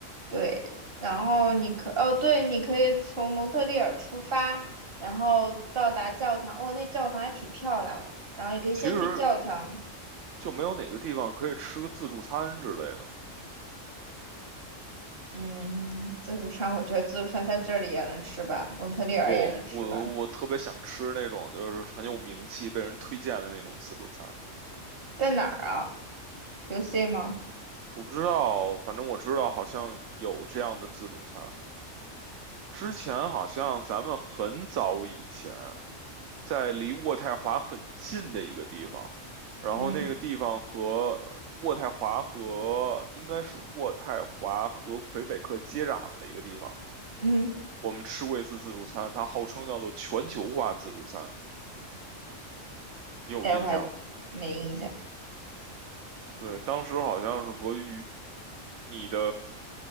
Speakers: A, on the right; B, on the right.
A: 对，然后你可哦，对，你可以从蒙特利尔出发，然后到达教堂，哦，那教堂还挺漂亮的，然后你可以先去教堂。
B: 其实就没有哪个地方可以吃个自助餐之类的。
A: 嗯，自助餐，我觉得自助餐在这里也能吃吧，蒙特利尔也能吃吧，
B: 不，我我特别想吃那种就是很有名气、被人推荐的那种自助餐。
A: 在哪儿啊？QC 吗？
B: 我不知道，反正我知道好像有这样的自助餐。之前好像咱们很早以前在离渥太华很近的一个地方，然后那个地方和渥太华和应该是渥太华和魁北克接壤的一个地方，
A: 嗯嗯，
B: 我们吃过一次自助餐，它号称叫做全球化自助餐，你有印象吗？
A: 哎，我还没印象，
B: 对，当时好像是和与你的